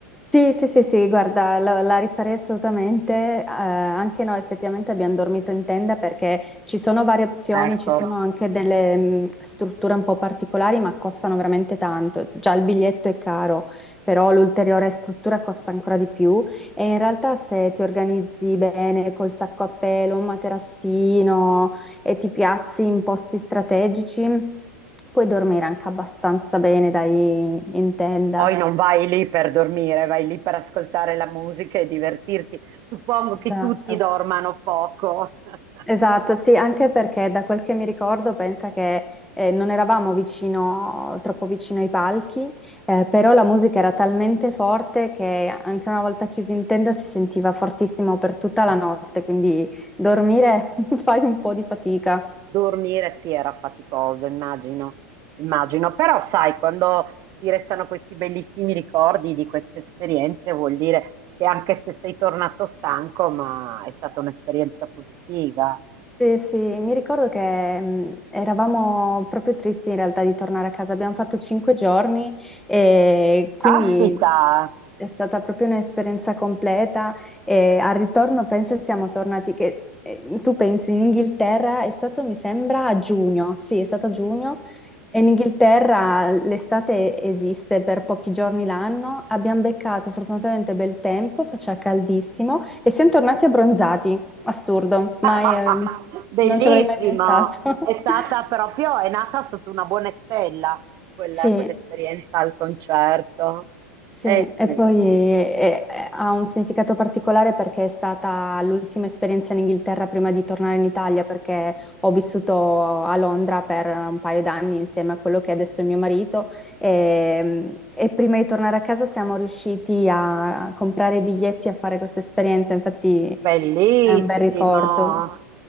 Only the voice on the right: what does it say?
Ecco,
poi non vai lì per dormire, vai lì per ascoltare la musica e divertirti. Suppongo che
tutti dormano poco. <laughs>
Dormire sì era faticoso, immagino, immagino. Però sai, quando ti restano questi bellissimi ricordi di queste esperienze, vuol dire che anche se sei tornato stanco, ma è stata un'esperienza positiva.
Ecco. Caspita,
<laughs>
Bellissimo,
è stata
proprio, è nata sotto una buona stella quella,
quell'esperienza al concerto.
Eh
sì,
bellissimo.